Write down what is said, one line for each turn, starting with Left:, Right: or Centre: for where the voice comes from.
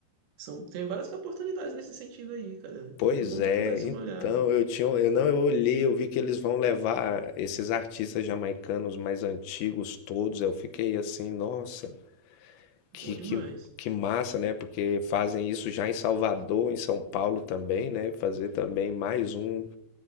Right: são, tem várias oportunidades nesse sentido aí, cara.
Left: Pois
Right: É bom
Left: é,
Right: que tu desse uma olhada.
Left: então eu tinha, eu não, eu olhei, eu vi que eles vão levar esses artistas jamaicanos mais antigos todos. Eu fiquei assim, nossa, que,
Right: Bom demais.
Left: que, que massa, né? Porque fazem isso já em Salvador, em São Paulo também, né? Fazer também mais um